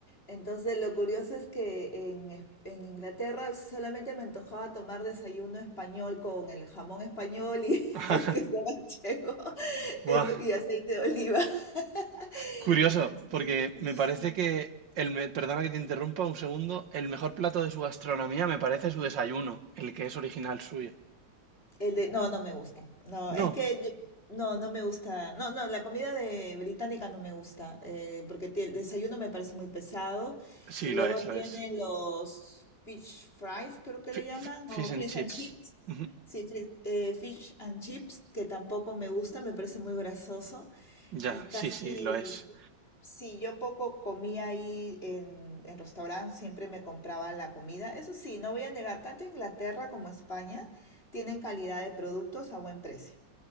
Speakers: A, on the left; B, on the right.
A: Entonces lo curioso es que en, Es- en Inglaterra solamente me antojaba tomar desayuno español con el jamón español y
B: <laughs>
A: <laughs> el queso manchego <laughs>
B: Buah,
A: eso, y aceite de oliva. <laughs> Sí,
B: curioso, porque me
A: sí.
B: parece que el me- perdona que te interrumpa un segundo, el mejor plato de su gastronomía me parece su desayuno, el que es original suyo.
A: El de, no, no me gusta. No,
B: No,
A: es que yo- no, no me gusta. No, no, la comida de británica no me gusta, eh, porque tie- el desayuno me parece muy pesado.
B: sí,
A: Y
B: lo
A: luego
B: es,
A: tienen
B: lo es.
A: los fish fries, creo que
B: Fi-
A: le llaman,
B: fi- Fish
A: o fish
B: and chips.
A: and chips.
B: Ujú.
A: Sí, fri- eh, fish and chips, que tampoco me gusta, me parece muy grasoso.
B: Ya,
A: Y casi,
B: sí, sí, lo es.
A: sí, yo poco comía ahí en, en restaurante, siempre me compraba la comida. Eso sí, no voy a negar, tanto Inglaterra como España tienen calidad de productos a buen precio.